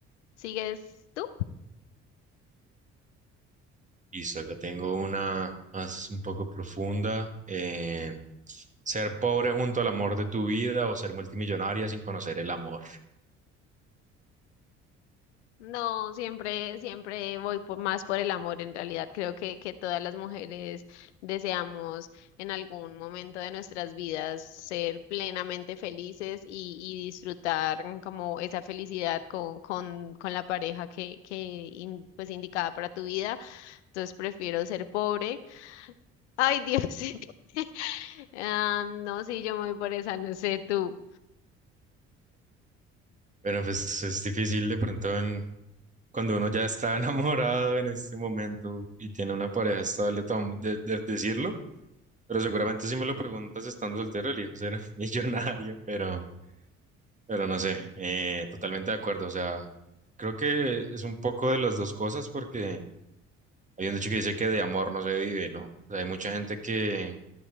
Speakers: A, on the left; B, on the right.
A: ¿Sigues tú?
B: Listo, acá tengo una más un poco profunda. Eh, ser pobre junto al amor de tu vida o ser multimillonaria sin conocer el amor.
A: No, siempre, siempre voy por más por el amor. En realidad, creo que, que todas las mujeres deseamos en algún momento de nuestras vidas ser plenamente felices y, y disfrutar como esa felicidad con, con, con la pareja que, que in- pues indicada para tu vida. Entonces prefiero ser pobre. Ay, Dios. <laughs> Ah, no, sí, yo me voy por esa, no sé tú.
B: Pero pues es difícil de pronto en- cuando uno ya está <laughs> enamorado en este momento y tiene una pareja estable tom- de, de- decirlo. Pero seguramente si me lo preguntas estando soltero, elijo ser <laughs> millonario, pero, pero no sé, eh, totalmente de acuerdo. O sea, creo que es un poco de las dos cosas porque... Hay un dicho que dice que de amor no se vive, ¿no? O sea, hay mucha gente que,